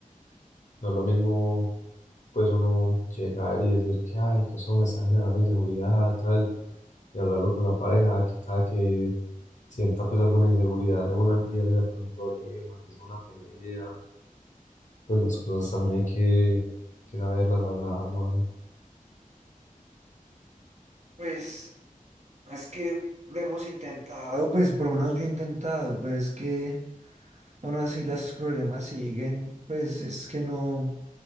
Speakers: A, on the left; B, on the right.
A: No es lo mismo, pues uno llegar y decir que, ay, que eso me está generando inseguridad, tal. y hablarlo con la pareja, que cada que sienta pues alguna inseguridad de una empiece a poner problemas, que sea una pelea, pues las cosas también hay que, que saberlas hablar, hermano.
B: Pues es que lo hemos intentado. Ah, Pues por lo menos yo he intentado, pero es que aún así los problemas siguen, pues es que no.